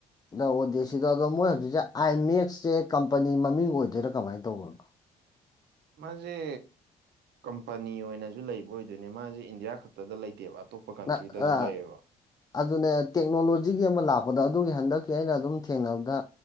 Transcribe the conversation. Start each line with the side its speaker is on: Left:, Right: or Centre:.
Left: ꯅ ꯑꯣꯗꯦ ꯁꯤꯗ ꯑꯗꯣ ꯃꯣꯏ ꯍꯧꯖꯤꯛꯁꯦ ꯑꯥꯏ ꯃꯦꯛꯁꯦ ꯀꯝꯄꯅꯤ ꯃꯃꯤꯡ ꯑꯣꯏꯗꯣꯏꯔꯥ ꯀꯃꯥꯏꯅ ꯇꯧꯕꯅꯣ
Right: ꯃꯥꯁꯦ ꯀꯝꯄꯅꯤ ꯑꯣꯏꯅꯁꯨ ꯂꯩꯕ ꯑꯣꯏꯗꯣꯏꯅꯦ ꯃꯥꯁꯦ ꯏꯟꯗꯤꯌꯥ ꯈꯛꯇꯗ ꯂꯩꯇꯦꯕ ꯑꯇꯣꯞꯄ ꯀꯟꯇ꯭ꯔꯤꯗꯁꯨ
Left: ꯅ ꯑ
Right: ꯂꯩꯌꯦꯕ
Left: ꯑꯗꯨꯅꯦ ꯇꯦꯛꯅꯣꯂꯣꯖꯤꯒꯤ ꯑꯃ ꯂꯥꯛꯄꯗ ꯑꯗꯨꯒꯤ ꯍꯟꯗꯛꯀꯤ ꯑꯩꯅ ꯑꯗꯨꯝ ꯊꯦꯡꯅꯕꯗ